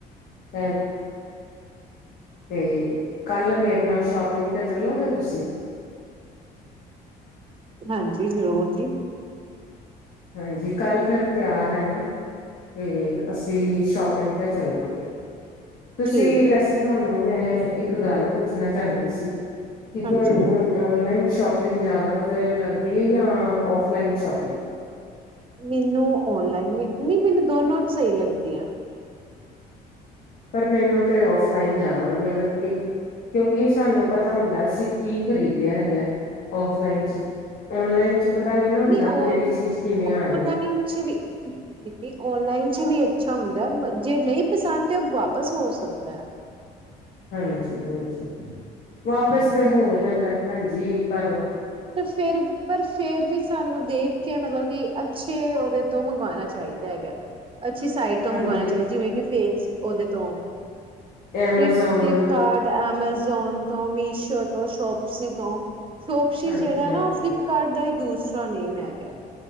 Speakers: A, on the left; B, on the right.
A: <inaudible> ਤੇ ਕੱਲ ਮੇਰੇ ਨਾਲ ਸ਼ੋਪਿੰਗ ਤੇ ਚੱਲੋਗੇ ਤੁਸੀਂ
B: ਹਾਂਜੀ ਜਰੂਰ ਜੀ
A: ਹਾਂਜੀ ਕੱਲ ਫਿਰ ਤਿਆਰ ਹੈ ਨਾ ਤੇ ਅਸੀਂ ਸ਼ੋਪਿੰਗ ਤੇ ਚੱਲਾਂਗੇ ਤੁਸੀਂ
B: ਠੀਕ ਹੈ
A: ਵੈਸੇ
B: ਜੀ
A: ਤੁਹਾਨੂੰ ਮੈਂ ਇੱਕ ਗੱਲ ਪੁੱਛਣਾ ਚਾਹੁੰਦੀ ਸੀ ਕਿ
B: ਹਾਂਜੀ
A: ਉਹ ਔਨਲਾਈਨ ਸ਼ੋਪ ਸ਼ਪਿੰਗ ਜਿਆਦਾ ਲੱਗਦੀ ਹੈ ਜਾਂ ਫਲਾਈਨ ਸ਼ੋਪਿੰਗ
B: ਮੈਨੂੰ ਔਨਲਾਈਨ ਵੀ ਨਹੀਂ ਮੈਨੂੰ ਦੋ ਨੋਟ ਸਹੀ ਲੱਗਦੀਆਂ।
A: ਪਰ ਮੈਨੂੰ ਤੇ ਔਫਲਾਈਨ ਜ਼ਿਆਦਾ ਵਧੀਆ ਲੱਗਦੀ ਹੈ ਕਿਉਂਕਿ ਸਾਨੂੰ ਪਤਾ ਹੁੰਦਾ ਅਸੀਂ ਕੀ ਖ਼ਰੀਦਿਆ ਹੈਗਾ ਔਫਲਾਈਨ ਚ ਔਨਲਾਈਨ ਚ ਪਤਾ ਨੀ ਨਾ ਹੁੰਦਾ
B: ਨ
A: ਕਿਹੜੀ ਚੀਜ਼ ਕਿਵੇਂ
B: ਔਨਲਾਈਨ
A: ਆਏ
B: ਚ ਵੀ ਨਹੀਂ ਔਨਲਾਈਨ ਚ ਵੀ ਅੱਛਾ ਹੁੰਦਾ ਜੇ ਨਹੀਂ ਪਸੰਦ ਤੇ ਉਹ ਵਾਪਸ ਹੋ ਸਕਦਾ।
A: ਹਾਂਜੀ-ਹਾਂਜੀ ਵਾਪਸ, ਹੋ ਜਾਂਦਾ ਭੈਣਜੀ ਪਰ
B: ਫਿਰ ਪਰ ਫੇਰ ਵੀ ਸਾਨੂੰ ਦੇਖ ਕੇ ਮਤਲਬ ਕਿ ਅੱਛੇ ਉਹਦੇ ਤੋਂ ਮੰਗਵਾਣਾ ਚਾਹੀਦਾ ਹੈਗਾ। ਅੱਛੀ ਸਾਈਟ ਤੋਂ
A: ਹਾਂਜੀ
B: ਮੰਗਵਾਉਣਾ ਚਹੀਦਾ ਜਿਵੇ ਕਿ ਫੇਸ ਉਹਦੇ ਤੋਂ
A: Amazon
B: ਫ flip card Amazon ਤੋਂ ਮੀਸ਼ੋ ਉਹ ਸ਼ੋਪਸ ਤੋਂ ਸ਼ੋਪਸ਼ੀ
A: ਹਾਂਜੀ
B: ਜਿਹੜਾ ਨਾ
A: ਹਾਂਜੀ
B: ਉਹ ਫਲਿੱਪਕਾਰਟ ਦਾ ਹੀ ਦੂਰ ਦੁਸਰਾ ਨੇਮ ਹੈਗਾ।